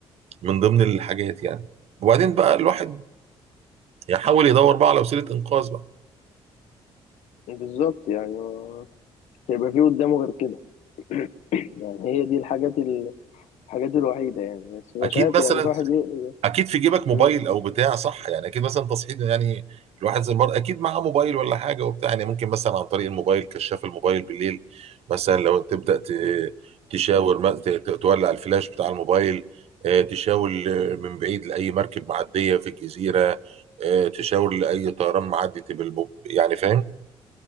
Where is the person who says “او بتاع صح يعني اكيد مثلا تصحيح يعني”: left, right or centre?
Right